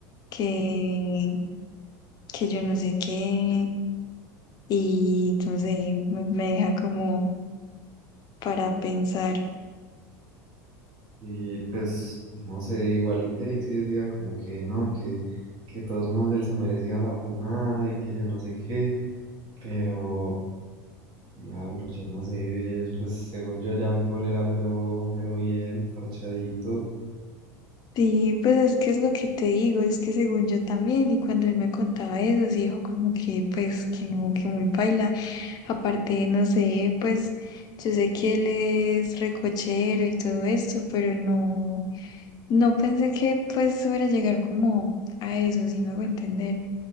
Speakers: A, on the left; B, on the right.
A: que, que yo no sé qué. y no sé, me, me deja como para pensar.
B: Y pues, no sé, igual Eric sí decía como que no, que, que de todos modos él se merecía la funada y que yo no sé qué, pero diablo, yo no sé, yo- pues según yo Jean Paul era mero, mero bien, parchadito.
A: Sí, pues es que es lo que te digo, es que según yo también, y cuando él me contaba eso, sí dijo como que pues que no, que muy paila. Aparte, no sé, pues yo sé que él es recochero y todo esto, pero no, no pensé que pues fuera a llegar como a eso, sí me hago entender.